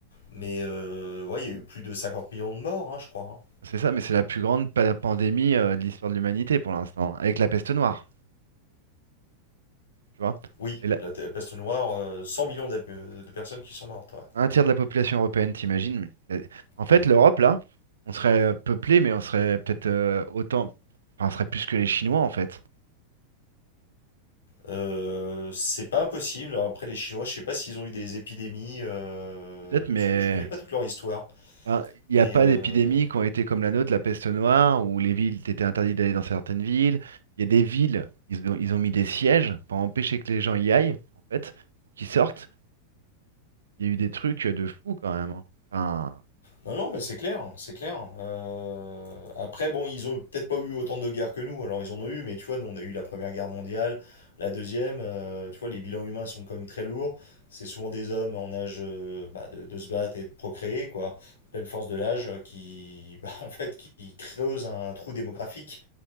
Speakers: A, on the left; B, on the right.
A: Mais euh, ouais, il y a eu plus de 50 millions de morts, hein, je crois. hein.
B: C'est ça, mais c'est la plus grande pa- pandémie euh, de l'histoire de l'humanité pour l'instant, avec la peste noire, tu vois.
A: Oui,
B: Et là,
A: la t- peste noire, euh, 100 millions d'hab- de personnes qui sont mortes. Ouais.
B: Un tiers de la population européenne, t'imagines? mais c'est- En fait,
A: Ouais.
B: l'Europe, là, on serait euh, peuplé, mais on serait peut-être euh, autant. Enfin, on serait plus que les Chinois, en fait.
A: Euh, c'est pas impossible. Après, les Chinois, je sais pas s'ils ont eu des épidémies. euh,
B: Peut-être, mais
A: je, je connais pas toute leur histoire.
B: enfin, il n'y
A: Mais
B: a pas
A: euh,
B: d'épidémies qui ont été comme la nôtre, la peste noire, où les villes étaient interdites d'aller dans certaines villes. Il y a des villes, ils ont, ils ont mis des sièges pour empêcher que les gens y aillent, en fait, ou qu'ils sortent. Il y a eu des trucs de fou quand même. hein. Enfin,
A: Non, non, mais c'est clair, c'est clair. Euh, Après, bon, ils ont peut-être pas eu autant de guerres que nous, alors ils en ont eu, mais tu vois, nous on a eu la Première Guerre mondiale, la Deuxième, euh, tu vois, les bilans humains sont quand même très lourds. C'est souvent des hommes en âge euh, bah, de, de se battre et de procréer, quoi, pleine force de l'âge, euh, qui, <laughs> bah, en fait, qui creuse un trou démographique.